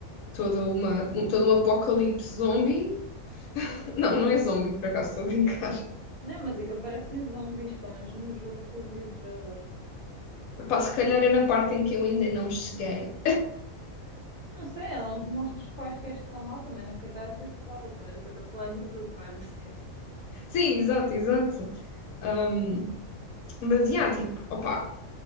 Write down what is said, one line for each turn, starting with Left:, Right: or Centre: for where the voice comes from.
Left: Toda uma, um- todo um apocalipse zombie. <laughs> Não,
Right: Sim,
Left: não é
Right: sim.
Left: zombie, por acaso estou a brincar.
Right: Não, mas aquilo parecem zombies, pelo menos no jogo que eu vi o trailer.
Left: Pá, se calhar
Right: Mas
Left: é na parte em que eu ainda não cheguei.
Right: Não sei, há uns monstros quaisquer que estão lá, também nunca está a ser spoiler, também do que eu estou a falar é do jogo, não é da <laughs> série.
Left: Sim, exato, exato. Ahm, mas, yeah, tipo, opá,